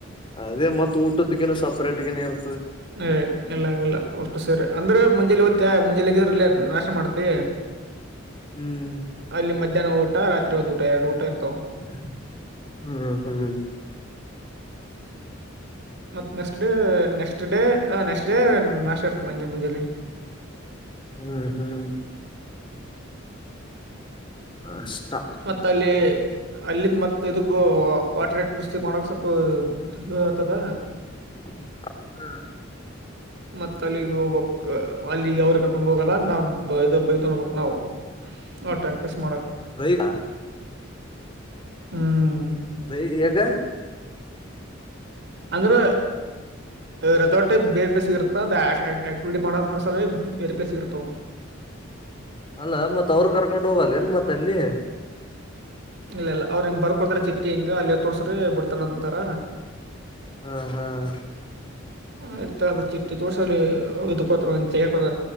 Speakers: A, on the left (about 25°); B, on the right (about 60°).
A: ಅದೇ ಮತ್ತ ಊಟಕ್ಕನು ಸಪ್ರೇಟ್ಗ ಇರ್
B: ಏ್ ಎಲ್ಲಲ್ಲ ಅಷ್ಟು ಸೇರಿ ಅಂದ್ರೆ ಮುಂಜೆಲಿ ಓ್ಾ ಮುಂಜೆಲಿ ಇಲ್ಲ ನಾಶಟ ಮಾಡ್ತಿ
A: ಹ್ಮ್
B: ಅಲ್ಲಿ ಮಧ್ಯಾಹ್ನ ಊಟ ರಾತ್ರಿ ಒಂದ್ ಊಟ ಎರಡು ಊಟ ಇರ್ತಾವ
A: <unintelligible> ಹ್ಮ ಹ್ಮ್
B: ಮತ್ತ next day next day next day ನಾಶ ಇರ್ತದೆ ನಂಗೆ ಮುಂಜೇೆಯಲ್ಲಿ
A: ಹ್ಮ್ ಹ್ಮ್ ನಷ್ಟ
B: ಮತ್ತ ಅಲ್ಲಿ <inaudible> ಅಲ್ಲಿಂದ ಮತ್ತತ್ ಇದಕ್ಕ ವಾಟರ್ <unintelligible> ಮಾಡಕ ಸ್ವಲ್ಪ <unintelligible> ಆತದ
A: <unintelligible> ಹ್ಮ್
B: ಮತ್ತ ಅಲ್ಲಿಗೆ ಹೋಗ್ಕ್ ಅಲ್ಲಿ ಅವ್ರ ಕರ್ಕೊಂಡು ಹೋಗಲ್ಲ ನಾವು ಬೈತೊಂಡು <inaudible> ನಾವು <unintelligible> ಅವ ಪ್ರಟಾಕ್ಟಿಸ್ ಮಾಡಕ್
A: ಗೈಾ
B: ಹುಂ
A: ಬೈ ಯಗ
B: ಅಂದರ ರೆಾರ್ಟೇ ಬೇರೆ ಪ್ಲೇಸ್ ಇರುತ್ತ ಆಕ್ಟಿವಿಟಿ ಮಾಡ ಮಾಡಸೇ ಬೇರೆ ಪ್ಲೇಸ್ ಇರುತ್ತಾವ ಅವ
A: ಅಲ್ಲ ಮತ್ ಅವರು ಕರ್ಕೊಂಡ್ ಹೋಗಲ್ಲ ಏನ್ ಮತ್ತ ಅಲ್ಲಿ
B: ಇಲ್ಲ ಇಲ್ಲ ಅವ್ರ ಹಿಂಗ ಬರ್ಕೊಡ್ತಾರೆ ಚಿಟ್ಟಿ ಹಿಂಗ ಅಲ್ಲಿ ತೋರ್ಸ್ರ ಬಿಡ್ತಾನಿ ಅಂತಾರ
A: ಹ್ ಹ್
B: ಆಯ್ತ ಅದು ಚಿಟ್ಟಿ ತೋರ್ಸಲ್ಲಿ ಇದು್ಕೋತ ಒಂದ ಜಗತ